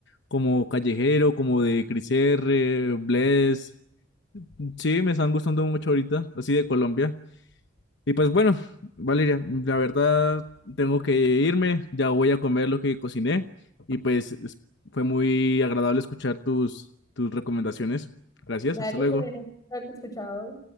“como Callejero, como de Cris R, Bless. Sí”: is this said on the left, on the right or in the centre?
Left